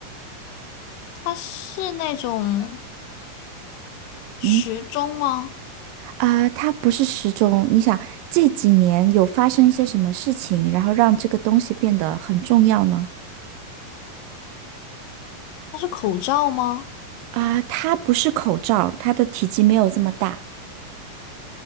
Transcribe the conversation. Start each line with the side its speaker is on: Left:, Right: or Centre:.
Left: 它是那种时钟吗？
Right: 嗯啊，它不是时钟。你想这几年有发生一些什么事情，然后让这个东西变得很重要呢？
Left: 它是口罩吗？
Right: 啊，它不是口罩，它的体积没有这么大。